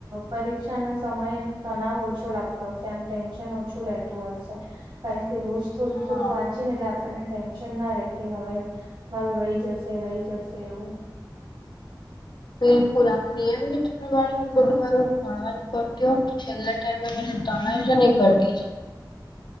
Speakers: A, on the right; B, on the left.
A: પરીક્ષા ના સમય એમ તણાવ ઓછો લાગતો આમ ટેન્શન ઓછું રતું હશે કારણ કે રોજ થોડું
B: હા
A: થોડું વાં એટલે આપણને ટેન્શન ના રે કે હવે મારું રહી જશે રહી જશે એવું
B: બિલકુલ આમ નિયમિત પ્રમાણે હું બધું મારું ભણવાનું કરતી હો છેલ્લા ટાઈમેમાં મા તણાવ છે એ ઘટી જ